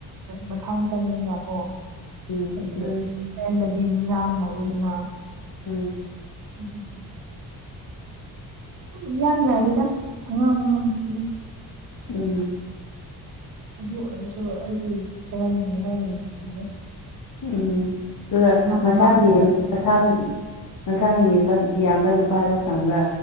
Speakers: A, on the right; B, on the left.
A: ꯃꯊꯥꯇꯅꯤꯅ ꯀꯣ
B: ꯎꯝ
A: ꯑꯗꯨ
B: ꯎꯝ
A: ꯍꯦꯟꯗꯗꯤ ꯌꯥꯝ ꯂꯏꯗꯅ
B: ꯎꯝ
A: <unintelligible> ꯑꯗꯨꯝ ꯌꯥꯝ ꯌꯥꯏꯌꯦꯗ ꯑꯉꯥꯡꯝ ꯑꯉꯥꯡꯝꯕꯗꯨꯅꯦ
B: ꯎꯝ
A: ꯑꯗꯨ ꯑꯣꯏꯔꯁꯨ ꯑꯩꯗꯤ ꯏꯁꯄꯦꯟꯒ ꯍꯦꯟꯅ ꯅꯨꯡꯁꯤꯌꯦ
B: ꯎꯝ ꯑꯗꯨꯒ
A: ꯑꯉꯥꯝ
B: ꯃꯁꯥ
A: ꯑꯉꯥꯝꯕ
B: ꯃ ꯃꯁꯝ ꯃꯁꯝꯕ ꯌꯦꯝꯕ -ꯌꯥꯝꯕ ꯅꯨꯄꯥꯗꯣ ꯈꯪꯕ꯭ꯔꯥ